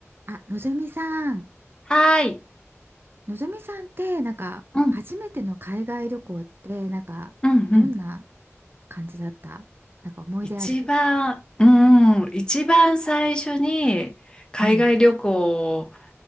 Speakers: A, on the right; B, on the left.
A: あ、のぞみさん、
B: はーい。
A: のぞみさんってなんか初めての海外旅行ってなんかどんな
B: うん、うん、うん。
A: 感じだったなんか思い出ある
B: 一番、うん、一番最初に海外旅行
A: うん、